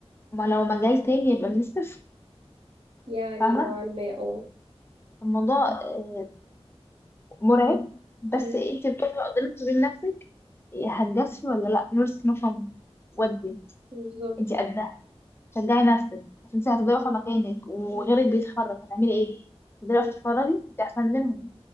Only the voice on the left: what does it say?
ما لو مجال تاني يبقى من الصفر
فاهمه
الموضوع آه، مرعب بس
انت بتقفي قدامك وبين نفسك هتجازفي ولا لا نورس نفهم ودي
انت قدها شجعي نفسك عشان انت هتبقي واقفه مكانك وغيرك
بيتحرك هتعملي ايه؟ تفضلي
واقفه تتفرجي انت احسن منهم